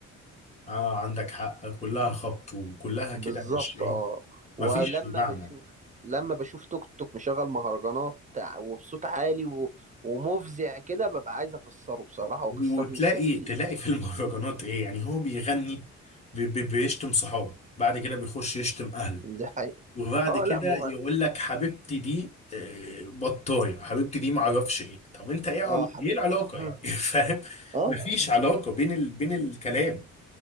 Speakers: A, on the left; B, on the right.
A: اه عندك حق كلها خبط وكلها
B: بالظبط
A: كده مش ايه
B: اه ولما
A: ما فيش معنى
B: بشوف لما بشوف توك توك مشغل مهرجانات تع- وبصوت عالي و... ومفزع كده ببقى عايز أكسره بصراحة وأكسر
A: وتلاقي
B: له التسجيل
A: تلاقي في <laughs> المهرجانات ايه يعني هو بيغني بي بي بيشتم صحابه بعد كده بيخش يشتم اهله
B: دي حقيقة
A: وبعد
B: اه
A: كده
B: لا مغ...
A: يقول لك حبيبتي دي آه، بطايه حبيبتي دي ما اعرفش ايه طب انت ايه عل...
B: اه حبيبتي
A: ايه العلاقه
B: اه
A: يعني <laughs> فاهم
B: اه
A: مفيش علاقه بين ال... بين الكلام
B: آه.